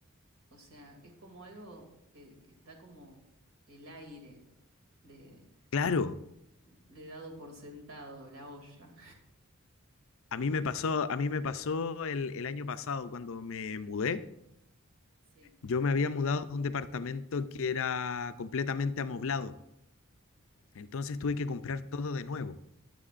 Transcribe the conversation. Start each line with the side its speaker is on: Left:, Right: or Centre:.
Right: O sea, es como algo que, que está como el aire de,
Left: Claro,
Right: de dado por sentado, la olla.
Left: a mí me pasó, a mí me pasó el, el año pasado cuando me mudé.
Right: Sí.
Left: Yo me había mudado a un departamento que era completamente amoblado Entonces
Right: ujú.
Left: tuve que comprar todo de nuevo.